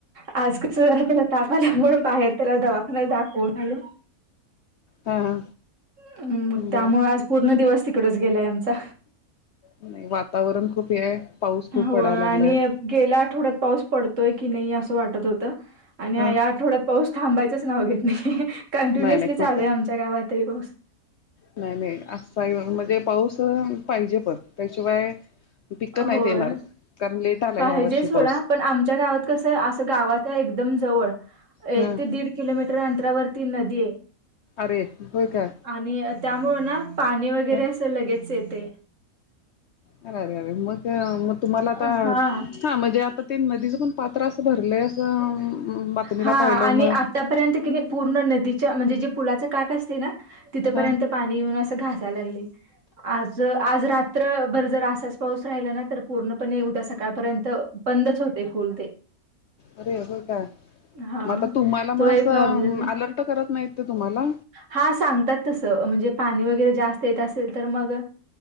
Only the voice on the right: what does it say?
आज कसं झालं, त्याला ताप आल्यामुळे बाहेर त्याला दवाखान्यात दाखवून आलो‌.
हम्म, मग त्यामुळे
आज पूर्ण दिवस तिकडच गेलाय आमचा.
होय
आणि
गेल्या आठवड्यात पाऊस पडतोय की नाही, असं वाटत होतं. आणि या
आठवड्यात पाऊस थांबायचच नाव घेत नाही, कंटिन्युअसली
चालूय
आमच्या गावात तरी पाऊस.
होय
पाहिजे
सोडा,
पण आमच्या गावात कसं आहे असं गावाच्या एकदम जवळ- एक
ते दीड किलोमीटर अंतरावरती नदी आहे.
आणि त्यामुळं ना, पाणी वगैरे
असं लगेच येतय.
हा
हा
आणि
आतापर्यंत की नाही, पूर्ण नदीच्या म्हणजे जे पुलाच काठ असतय ना- तिथंपर्यंत
पाणी येऊन असं घासायला लागलय. आज, आज रात्रभर जर असाच पाऊस राहिला ना, तर पूर्णपणे उद्या सकाळपर्यंत- बंदच होतय फुल ते.
हा
तो
एक
प्रॉब्लेम आहे
हा सांगतात तसं, म्हणजे पाणी वगैरे जास्त येत असेल तर मग-